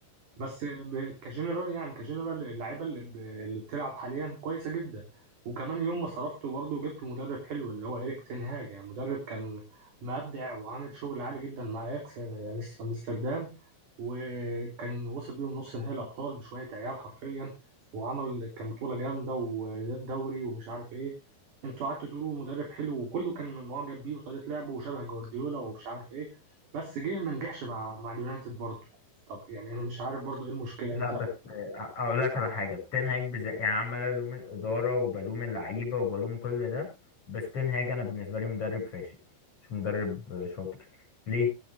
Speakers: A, on the right; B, on the left.
A: بس ب- كجنرال يعني كجنرال اللعيبه اللي, ب... اللي بتلعب حاليا كويسه جدا وكمان يوم ما صرفته برضه وجبت مدرب حلو اللي هو إيريك تين هاج يعني مدرب كان مبدع وعامل شغل عالي جدا مع اياكس يعني في امستردام وكان وصل بيهم نص نهائي الابطال بشويه عيال حرفيا وعمل كان بطوله جامده ودوري ومش عارف ايه انتوا قعدتوا تقولوا مدرب حلو وكله كان معجب بيه وطريقه لعبه وشبه جوارديولا ومش عارف ايه بس جه ما نجحش مع مع اليونايتد برضه طب يعني انا مش عارف برضو ايه المشكله
B: لا
A: انت
B: بس آه، اقول لك على حاجه بتنهاج بز... يعني عمال الوم الاداره وبلوم اللعيبه وبلوم كل ده بس تنهاج انا بالنسبه لي مدرب فاشل مش مدرب آه، شاطر ليه